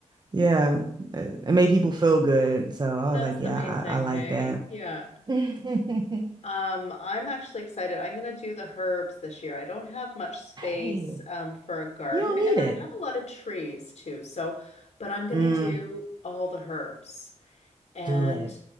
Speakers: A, on the right (about 35°); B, on the left (about 65°).
A: yeah, it it made people feel good. So I was
B: that's
A: like, yeah,
B: the main thing,
A: I, I like
B: hey?
A: that.
B: Yeah.
A: <laughs> Yay.
B: Um, I'm actually excited. I'm gonna do the herbs this year. I don't have much space
A: You
B: um for a garden
A: don't need
B: and
A: it.
B: I have a lot of trees too. So, but I'm gonna
A: Mm,
B: do all the herbs. And
A: do it.